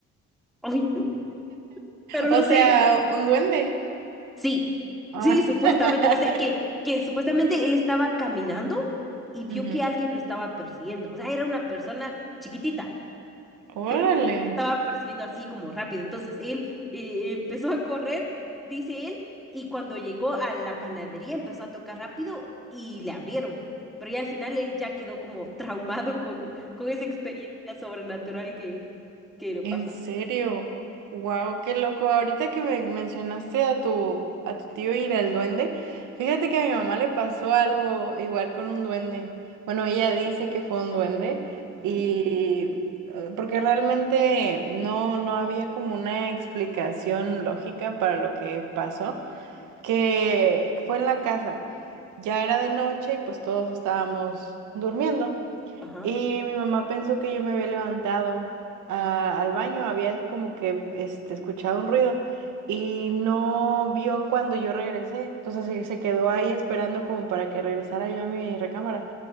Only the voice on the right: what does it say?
O
sea, un duende.
Ah.
<laughs>
Ujú.
Órale.
¿En
serio? Wow, qué loco. Ahorita que me mencionaste a tu a tu tío y al duende, fíjate que a mi mamá le pasó algo igual con un duende. Bueno, ella dice que fue un duende
y eh, porque realmente no no había como una explicación lógica para lo que pasó, que fue en la casa. Ya era de noche y pues todos estábamos durmiendo.
Y mi mamá pensó que yo me había levantado ah, al baño, había como que este, escuchado un ruido y no vio cuando yo regresé. Entonces se, se quedó ahí esperando como para que regresara yo a mi recámara.